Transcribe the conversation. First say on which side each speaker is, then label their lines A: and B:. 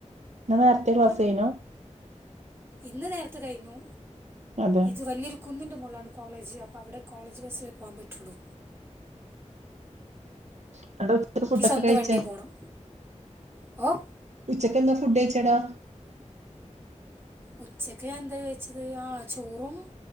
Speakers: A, on the right; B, on the right.
A: ഇന്ന് നേരെത്തെ ക്ലാസ്
B: ഏ
A: ആയിരുന്നു
B: ഇന്ന് നേരത്തെ കഴിഞ്ഞു
A: അതെ
B: ഇത് വലിയൊരു കുന്നിന്റെ മോളിലാണ് കോളേജ് അപ്പൊ അവിടെ കോളേജ് ബസിലേ പോകാൻ പറ്റുള്ളു.
A: <unintelligible>
B: സ്വന്തം വണ്ടി പോകണം
A: <unintelligible>
B: ഓ ഉച്ചക്ക് ഞാൻ എന്താ കയ്ച്ചത് ആ ചോറും